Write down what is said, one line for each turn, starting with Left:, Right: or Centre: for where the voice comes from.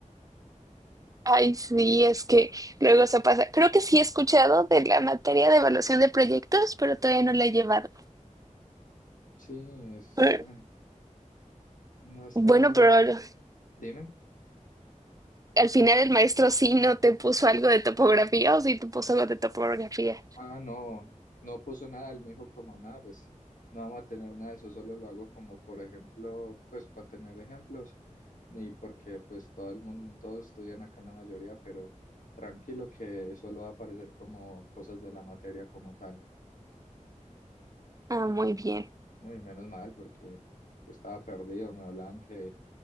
Right: Ay, sí, es que luego se pasa. Creo que sí he escuchado de la materia de evaluación de proyectos, pero todavía no la he llevado.
Left: Sí, es,
Right: Eh,
Left: eh, no es
Right: Bueno,
Left: tan...
Right: pero al
Left: Dime.
Right: al final el maestro sí no te puso algo de topografía o sí te puso algo de topografía.
Left: Ah, no, no puso nada. Él me dijo como nada, pues no vamos a tener nada de eso, solo lo hago como por ejemplo, pues para tener ejemplos y porque pues todo el mundo, todos estudian acá en la mayoría, pero tranquilo que solo va a aparecer como cosas de la materia como tal.
Right: Ah, muy bien.
Left: Uy, menos mal, porque yo estaba perdido. Me hablaban que,